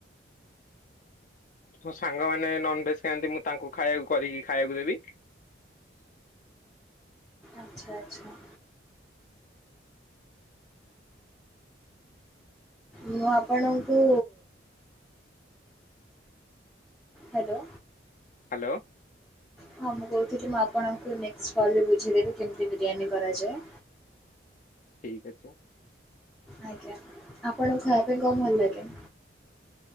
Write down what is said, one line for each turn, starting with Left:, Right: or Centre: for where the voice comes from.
Left: ମୋ ସାଙ୍ଗମାନେ ନନ୍ଭେଜ୍ ଖାଆନ୍ତି ମୁଁ ତାଙ୍କୁ ଖାଇବାକୁ କରିକି ଖାଇବାକୁ ଦେବି।
Centre: ଆଚ୍ଛା ଆଚ୍ଛା। ମୁଁ ଆପଣଙ୍କୁ ହାଲୋ।
Left: ହାଲୋ।
Centre: ହଁ ମୁଁ କହୁଥିଲି ମୁଁ ଆପଣଙ୍କୁ ନେକ୍ସଟ୍ କଲରେ ବୁଝେଇଦେବି କେମିତି ବିରିୟାନୀ କରାଯାଏ।
Left: ଏଇ କଥା।
Centre: ଆଜ୍ଞା ଆପଣଙ୍କୁ ଖାଇବା ପାଇଁ କଣ ଭଲ ଲାଗେ?